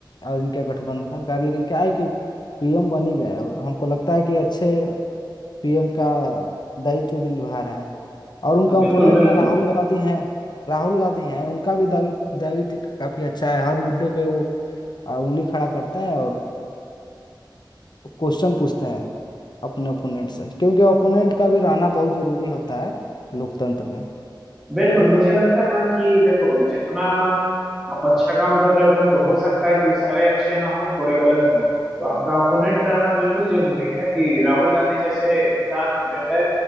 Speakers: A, on the left; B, in the centre.
A: और इनके गठबंधन का लेकिन क्या है कि पीएम बन ही गए और हमको लगता है कि अच्छे पीएम का दायित्व भी निभा रहे हैं और उनके ओपोनेंट
B: बिल्कुल बिल्कुल
A: में राहुल गांधी हैं राहुल गांधी हैं उनका भी दावी दावित्व काफी अच्छा है हर मुद्दे पे वो आ, उंगली खड़ा करते हैं और क्वेश्चन पूछते हैं अपने ओपोनेंट से क्योंकि ओपोनेंट का भी रहना बहुत जरूरी होता है लोकतंत्र में
B: बिल्कुल मुझे लगता है ना कि देखो जितना आप अच्छा काम कर रहे हो तो हो सकता है कि सारे अच्छे ना हो थोड़े गलत हो तो आपका ओपोनेंट रहना बिल्कुल जरूरी है कि राहुल गांधी जैसे इंसान जो है